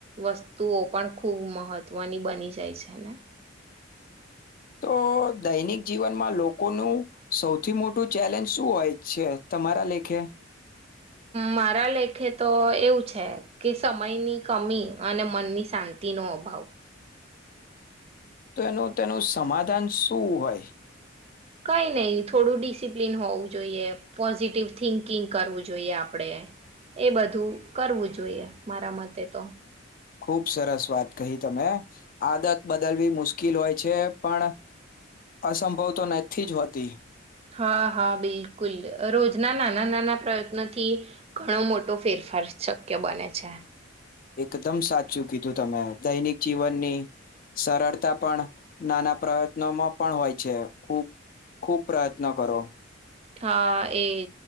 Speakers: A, on the right; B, on the left.
A: વસ્તુઓ પણ ખૂબ મહત્વની બની જાય છે ને
B: તો દૈનિક જીવનમાં લોકોનું સૌથી મોટું ચેલેન્જ શું હોય છે તમારા લેખે.
A: મારા લેખે તો એવું છે કે સમયની કમી અને મનની શાંતિનોો અભાવ.
B: તો એનું તેનું સમાધાન શું હોય.
A: કઈ નહી થોડું ડિસિપ્લિન હોવું જોઈએ પોઝિટિવ થિંકિંગ કરવું જોઈએ આપણેે એ બધું કરવું જોઈએ મારા મતે તો.
B: ખુબ સરસ વાત કહી તમે આદત બદલવી મુશ્કેલ હોય છે પણ અસંભવ તો નથી જ હોતી.
A: હા હા બિલકુલ રોજના નાના નાના પ્રયત્નોથી ઘણો મોટો ફેરફાર શક્ય બને છે.
B: એકદમ સાચું કીધું તમે દૈનિક જીવનની સરળતા પણ નાના પ્રયત્નોમાં પણ હોય છે ખૂબ ખૂબ પ્રયત્ન કરો.
A: હા એજ